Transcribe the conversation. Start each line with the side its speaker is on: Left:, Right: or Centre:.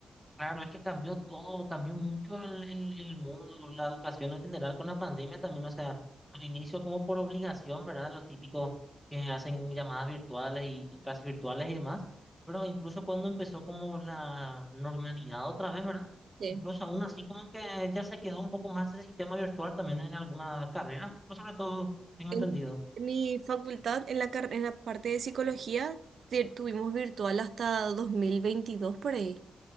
Centre: Claro, es que cambió todo, cambió mucho el, el, el mundo, la educación en general con la pandemia también, o sea, al inicio como por obligación, ¿verdad? Los típicos que hacen llamadas virtuales y t- clases virtuales y demás, pero incluso cuando empezó como la normalidad otra vez, ¿verdad?
Right: Sí.
Centre: Incluso aún así como que ya se quedó un poco más ese sistema virtual también en alguna carrera, pues sobre todo, tengo
Right: En
Centre: entendido,
Right: en mi facultad, en la, car- en la parte de psicología, te- tuvimos virtual hasta 2022 por ahí.